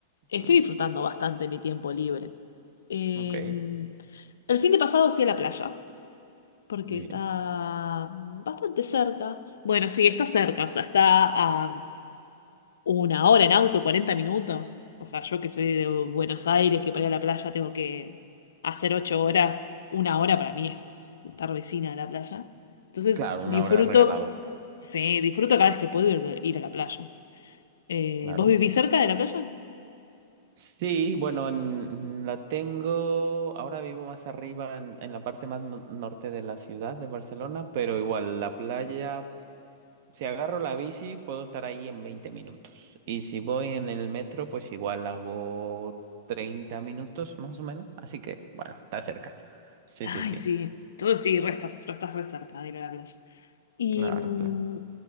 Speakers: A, on the left (about 85°); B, on the right (about 55°).
A: estoy
B: ¿Mm?
A: disfrutando bastante mi tiempo libre. Eh,
B: Ok,
A: el fin de pasado fui a la playa, porque
B: muy
A: está
B: bien.
A: bastante cerca. Bueno, sí, está cerca, o sea, está a Una hora en auto, 40 minutos. O sea, yo que soy de Buenos Aires, que para ir a la playa tengo que hacer ocho horas, una hora para mí es estar vecina de la playa. Entonces,
B: Claro,
A: disfruto,
B: una hora regalado,
A: sí, disfruto cada vez que puedo ir, de- ir a la playa. Eh,
B: claro.
A: ¿vos vivís cerca de la playa?
B: Sí, bueno, en- la tengo, ahora vivo más arriba, en, en la parte más no- norte de la ciudad de Barcelona, pero igual la playa Si agarro la bici, puedo estar ahí en 20 minutos. Y si voy en el metro, pues igual hago 30 minutos más o menos. Así que, bueno, está cerca. Sí,
A: Ay,
B: sí, sí.
A: sí. Entonces sí, restas, restas re cerca de ir a la playa. Y,
B: Claro,
A: mm,
B: claro.